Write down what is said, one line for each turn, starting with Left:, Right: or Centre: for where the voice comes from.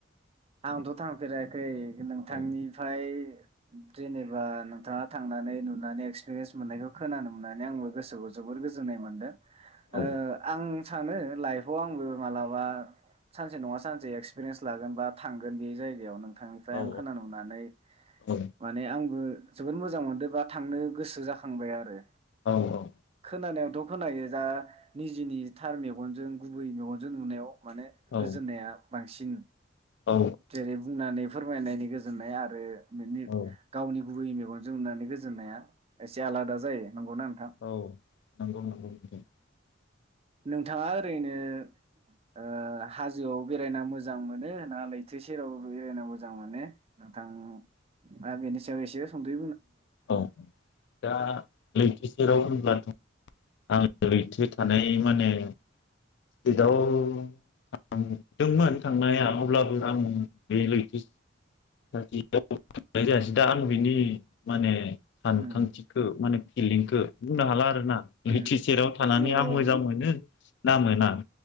Right: आंथ' थांफेराखै। नोंथांनिफाय
Left: औ
Right: जेनेबा नोंथाङा थांनानै नुनानै एक्सपिरियेन्स मोननायखौ खोनानो मोननानै आंबो गोसोखौ जोबोर गोजोननाय मोनदों।
Left: औ
Right: ओ आं सानो लाइफआव आंबो मालाबा सानसे नङा सानसे एक्सपिरियेस लागोन बा थांगोन बे जायगायाव नों ओमफाय
Left: औ
Right: आं खोनानो मोननानै
Left: औ
Right: माने आंबो जोबोद मोजां मोनदों बा थांनो गोसो जाखांबाय आरो।
Left: औ औ
Right: खोनानायावथ' खोनायो दा निजिनि थार मेगनजों गुबै मेगनजों नुनायाव माने
Left: औ
Right: गोजोननाया बांसिन
Left: औ
Right: जेरै बुंनानैफोर फोरमायनायनि गोजोननाय आरो बिदि
Left: औ
Right: गावनि गुबै मेगनजों नुनानै गोजोननाया एसे आलादा जायो। नंगौना नोंथां
Left: औ नोंगौ नोंगौ ओम
Right: नोंथाङा ओरैनो ओ हाजोआव बेरायना मोजां मोनो ना लैथो सेराव बेरायना मोजां मोनो नोंथांआ बेनि सायाव एसे सुंदै
Left: औ दा लैथो सेराव <unintelligible> आं लैथो थानाय माने स्रिटआव थांदोंमोन थांनाया अब्लाबो आं बे लैथो <unintelligible> जायासै दा आं बिनि माने सानखांथिखौ
Right: उम
Left: माने फिलिंखौ बुंनो हाला आरोना
Right: उम
Left: लैथि सेराव थानानै
Right: औ औ
Left: आं मोजां मोनो ना मोना